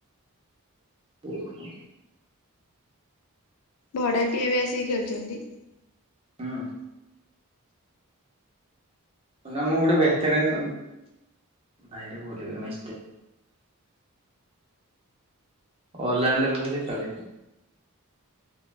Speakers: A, on the right; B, on the left.
A: ଓହୋ
B: ଭଡାଟିଏ ଏବେ ଆସିକି ଖେଳଛନ୍ତି
A: ହୁଁ ନମ ଗଡ ବେତରନ ଭୟରେ ପଲ ମି ଅାଇରେ ଭଲି ତଳେ